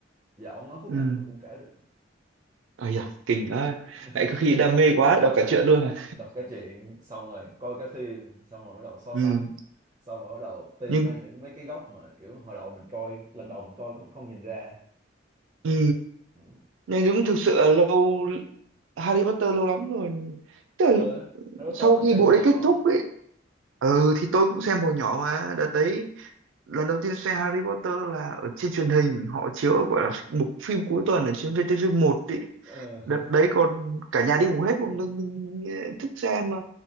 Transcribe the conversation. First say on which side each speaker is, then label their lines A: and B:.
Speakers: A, on the right (about 20°); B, on the right (about 75°).
A: giờ ông nói khúc
B: ừ
A: nào tôi cũng kể được
B: ây da kinh quá
A: <laughs>
B: lại có khi đam mê quá đọc cả truyện luôn à
A: đọc cái chuyện xong rồi coi cái phim xong rồi bắt đầu so
B: ừ
A: sánh xong rồi bắt đầu tìm
B: nhưng
A: ra những mấy cái góc mà kiểu hồi đầu mình coi lần đầu mình coi cái mình không nhìn ra
B: ừ
A: ừ.
B: nhưng đúng thực sự là lâu Harry Potter lâu lắm rồi tức là
A: ờ, Harry Potter
B: sau
A: tôi
B: khi
A: xem
B: bộ
A: hồi nhỏ
B: đấy kết thúc ấy ừ thì tôi cũng xem hồi nhỏ mà đợt đấy lần đầu tiên xem Harry Potter là ở trên truyền hình họ chiếu ở gọi là mục phim cuối tuần ở trên VTV1 ấy.
A: Ờ,
B: đợt
A: <laughs>
B: đấy còn cả nhà đi ngủ hết một mình mình ờ, thức xem mà